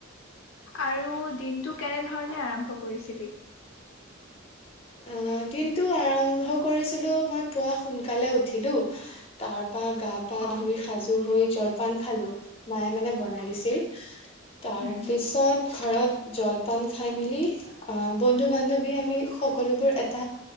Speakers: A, on the left; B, on the left.
A: আৰু দিনটো কেনেধৰণে আৰম্ভ কৰিছিলি?
B: অ' দিনটো আৰম্ভ কৰিছিলো মই পুৱা সোনকালে উঠিলো তাৰ পৰা গা পা
A: অ
B: ধুই সাজু হৈ জলপান খালো, মায়ে মানে বনাই দিছিল। তাৰ
A: উম
B: পিছত ঘৰত জলপান খাই মেলি অ' বন্ধু বান্ধৱী আমি সকলোবোৰ এটা